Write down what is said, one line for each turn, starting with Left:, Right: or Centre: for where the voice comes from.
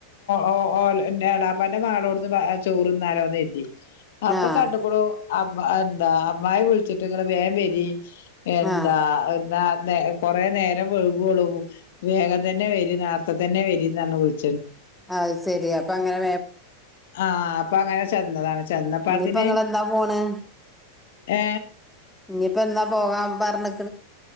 Left: ഓ എളാപ്പാന്റെ മകളോന്ന് ചോറ്ന്നാലോന്ന് കരുതി അപ്പൊ
Centre: ആഹ്
Left: കണ്ടക്കോ എന്താ ബായ വിളിച്ചിട്ട് ങ്ങൾ വേ മ്പരി എന്താ
Centre: ആഹ്
Left: എന്താ കൊറേ നേരം ഒഴുകുള്ളൂ വേഗം തന്നെ വരും നേർത്ത തന്നെ വരി എ
Centre: അത് ശരി അപ്പൊ അങ്ങനെ
Left: ആഹ അപ്പൊ അങ്ങനെ ചെന്നതാണ് ചെന്നപ്പാത്തിന്
Centre: ഇനിയിപ്പ ഇങ്ങെന്താ പോണെ
Left: ഏ
Centre: ഇനിയിപ്പോ എന്നാ പോകാൻ പറഞ്ഞ